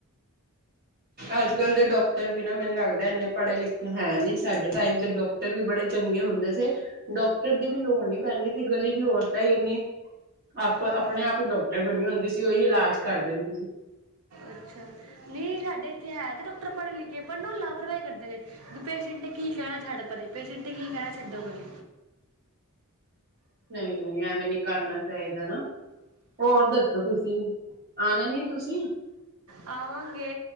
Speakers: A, on the right; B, on the right.
A: ਅੱਜ ਕਲ ਦੇ ਡਾਕਟਰ ਵੀ ਨਾ, ਮੈਨੂੰ ਲੱਗਦਾ ਇੰਨੇ ਪੜ੍ਹੇ ਲਿਖੇ ਹੈ ਨੀ, ਸਾਡੇ ਟਾਈਮ ਦੇ ਡਾਕਟਰ ਵੀ ਬੜੇ ਚੰਗੇ ਹੁੰਦੇ ਸੀ, ਡਾਕਟਰ ਦੀ ਵੀ ਲੋੜ ਨਹੀ ਪੈਂਦੀ ਸੀ ਗਲੀ ਦੀ ਔਰਤਾਂ ਹੀ ਇਨੀ ਆਪ
B: ਅੱਛਾ
A: ਆਪਣੇ ਆਪ ਹੀ ਡਾਕਟਰ ਬਣੀ ਹੁੰਦੀ ਸੀ, ਔਹੀ ਇਲਾਜ ਕਰ ਦਿੰਦੇ ਸੀ
B: ਅੱਛਾ ਨਹੀਂ ਹੈ ਹੈ ਤੇ ਡਾਕਟਰ ਪੜ੍ਹਨ ਲਿਖੇ, ਪਰ ਨਾ ਲਾਪਰਵਾਹੀ ਕਰਦੇ ਨੇ, ਵੀ ਪੇਸ਼ੈਂਟ ਕੀ ਕਹਿਣਾ ਛੱਡ ਪਰੇ ਪੇਸ਼ੈਂਟ ਕੀ ਕਹਿਣਾ ਛੱਡੋ ਪਰੇ
A: ਨਹੀਂ-ਨਹੀਂ ਐਵੇਂ ਨਹੀ ਕਰਨਾ ਚਾਹੀਦਾ ਨਾ ਹੋਰ ਦੱਸੋ ਤੁਸੀਂ, ਆਣਾ ਨੀ ਤੁਸੀਂ
B: ਆਵਾਂਗੇ